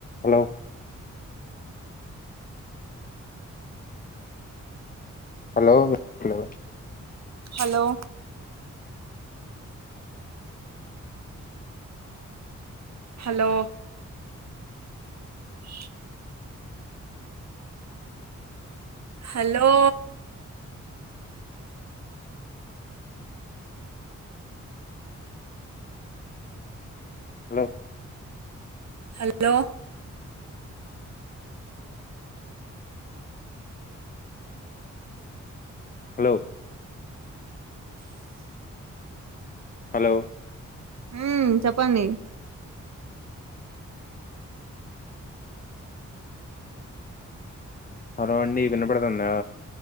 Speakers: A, on the left (about 25°); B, on the right (about 55°).
A: Hello hello hello
B: hello hello అ hello
A: hello
B: hello
A: hello hello
B: హ్మ్ చెప్పండి
A: hello అండి వినపడుతుంద